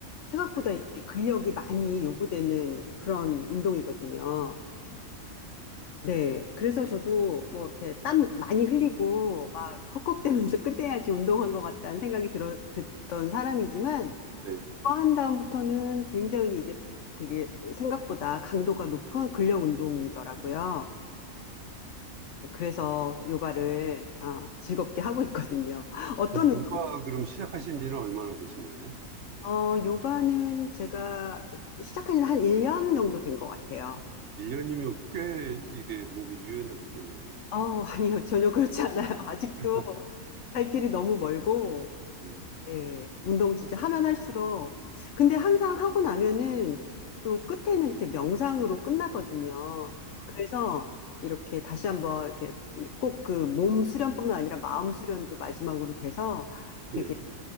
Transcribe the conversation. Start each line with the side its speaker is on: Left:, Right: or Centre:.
Left: 생각보다
Right: 네,
Left: 이게 근력이 많이 요구되는 그런 운동이거든요.
Right: 그래요.
Left: 네, 그래서 저도 뭐 이렇게 땀 많이 흘리고 막 헉헉대면서 <laughs> 끝내야지 운동한 것 같다는 생각이 들어, 듣던 사람이지만
Right: 네.
Left: 그거 한 다음부터는 굉장히 이게 되게 생각보다 강도가 높은 근력 운동이더라고요. 네, 그래서 요가를 어, 즐겁게 하고 있거든요. <laughs> 어떤
Right: 지금
Left: 운동?
Right: 요가 그럼 시작하신 지는 얼마나 되신 거예요?
Left: 어, 요가는 제가 시작한 지 한 1년 정도 된 것 같아요.
Right: 아, 1년이면 꽤 이게 몸이 유연해졌겠네요.
Left: 어, 아니요, 전혀 그렇지 않아요. <laughs> 아직도
Right: <laughs>
Left: 갈 길이 너무 멀고
Right: 예.
Left: 예, 운동 진짜 하면 할수록. 근데 항상 하고 나면은 또 끝에는 이렇게 명상으로 끝나거든요.
Right: 음,
Left: 그래서 이렇게 다시 한번 이렇게 꼭 그 몸 수련뿐만 아니라 마음 수련도 마지막으로 돼서 되게
Right: 예.